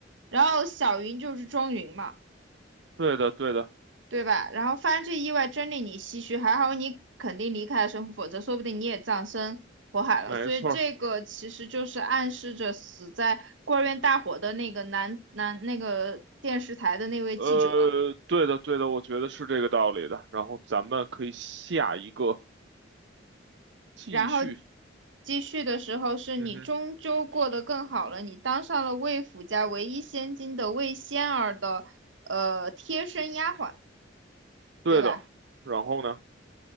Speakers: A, on the right; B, on the right.
A: 然后小云就是庄云嘛，
B: 对的，对的，
A: 对吧？然后发生这意外真令你唏嘘，还好你肯定离开了神府，否则说不定你也葬身火海了。
B: 没错儿
A: 所以这个其实就是暗示着死在孤儿院大火的那个男男那个电视台的那位记者。
B: 呃，对的，对的，我觉得是这个道理的。然后咱们可以下一个继续，
A: 然后继续的时候，是你终究过得更好了，
B: 嗯哼，
A: 你当上了魏府家唯一千金的魏仙儿的呃贴身丫鬟，
B: 对的。
A: 对吧？
B: 然后呢？